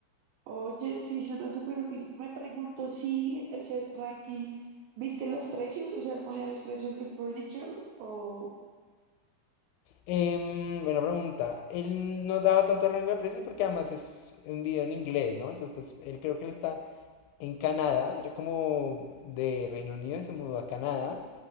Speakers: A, on the right; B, on the left.
A: Oye, sí, suena súper útil. Me pregunto si ese ranking, ¿viste los precios? O sea, ponía los precios del furniture o...
B: Em, buena pregunta. Él no daba tanto rango de precios porque además es un video en inglés, ¿no? Entonces pues él creo que le está en Canadá, era como de Reino Unido y se mudó a Canadá.